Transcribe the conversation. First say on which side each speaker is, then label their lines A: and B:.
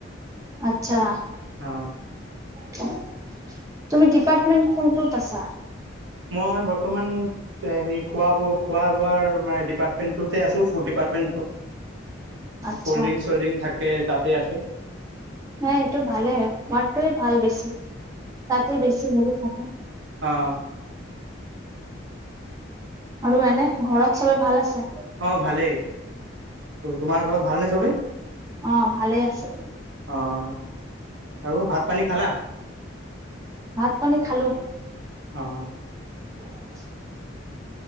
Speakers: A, on the right (about 15°); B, on the right (about 70°).
A: আত্ছা।
B: অ
A: তুমি ডিপাৰ্টমেন্ট কোনটোত আছা?
B: মই বৰ্তমান এ হেৰি খোৱা-বোৱা খোৱা-বোৱা মানে ডিপাৰ্টমেণ্টটোতে আছো ফুড ডিপাৰ্টমেণ্টত।
A: আচ্ছা
B: কল্ড্ৰিংক-চল্ড্ৰিং থাকে তাতে আছো।
A: হে এইটো ভালে তোমাৰটোৱে ভাল বেছি, তাতে বেছি হেৰী থাকে।
B: অঁ'।
A: আৰু এনে ঘৰত চবে ভাল আছে?
B: অ', ভালেই তোমাৰ ঘৰত ভালনে চবে?
A: অ', ভালে আছে।
B: অঁ', আৰু ভাত পানী খালা?
A: ভাত পানী খালো।
B: অ'।
A: <inaudible>